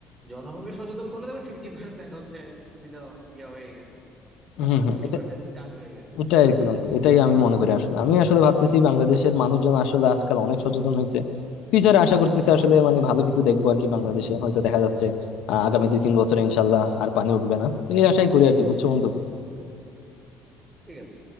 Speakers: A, on the right; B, on the left.
A: জনগণকে সচেতন করলে তবে ফিফটি পার্সেন্ট হচ্ছে সুবিধা ইয়া হয়ে গেছে
B: হম
A: মানে
B: হম
A: ফিফটি পার্সেন্ট কাজ হয়ে গেছে বুঝছো
B: এটা আর কি বন্ধু এটাই আমি মনে করি আসলে আমি আসলে ভাবতেছি বাংলাদেশের মানুষজন আসলে আজকাল অনেক সচেতন হয়েছে ফিউচারে আশা করতেছি আসলে মানে ভালো কিছু দেখবো আর কি বাংলাদেশে হয়তো দেখা যাচ্ছে আহ, আগামী দুই তিন বছরে ইনশাল্লাহ আর পানি উঠবে না তো এই আশাই করি আর কি বুঝছো বন্ধু
A: ঠিক আছে